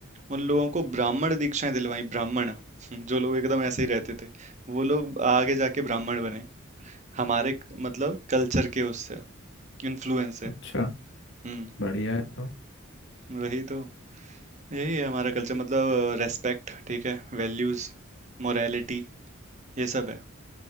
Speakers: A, on the right; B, on the left.
A: उन लोगों को ब्राह्मण दीक्षाएं दिलवाई ब्राह्मण जो लोग एकदम ऐसे ही रहते थे वो लोग आगे जाके ब्राह्मण बने हमारे मतलब कल्चर के उससे इन्फ्लुएंस से
B: अच्छा
A: हम्म
B: बढ़िया है तो
A: वही तो यही है हमारा कल्चर मतलब रेस्पेक्ट ठीक है वैल्यूज मोरालिटी ये सब है